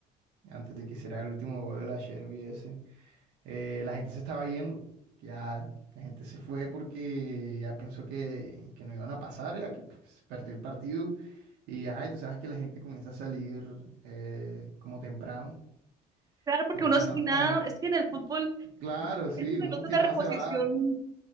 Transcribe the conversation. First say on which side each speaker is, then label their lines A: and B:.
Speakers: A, on the right; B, on the right.
A: antes de que hiciera el último gol de la Sherby ese, eh, la gente se estaba yendo, ya la gente se fue porque ya pensó que, que no iban a pasar, ya que pues, se perdió el partido, y ajá, y tú sabes que la gente comienza a salir eh, como temprano,
B: Claro,
A: entonces
B: porque uno
A: dicen,
B: sin
A: no,
B: nada,
A: ajá,
B: es que en el fútbol
A: claro, sí,
B: esos minutos
A: un obstinado
B: de reposición
A: se va,